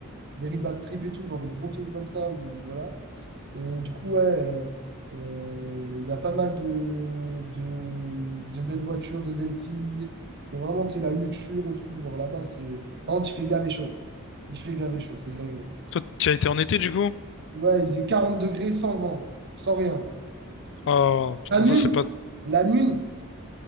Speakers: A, on the right; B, on the left.
A: Very Bad Trip et tout, genre des gros films comme ça. Où, voilà. Et du coup, ouais, euh, euh, il y a pas mal de, de, de belles voitures, de belles filles. C'est vraiment, tu sais, la luxure et tout. Genre, là-bas, c'est... Par contre, il fait grave et chaud. Il fait grave et chaud, c'est une dinguerie.
B: Toi, tu as été en été du coup?
A: Ouais, il faisait 40 degrés sans vent, sans rien.
B: Ah putain,
A: La nuit,
B: ça c'est pas.
A: la nuit.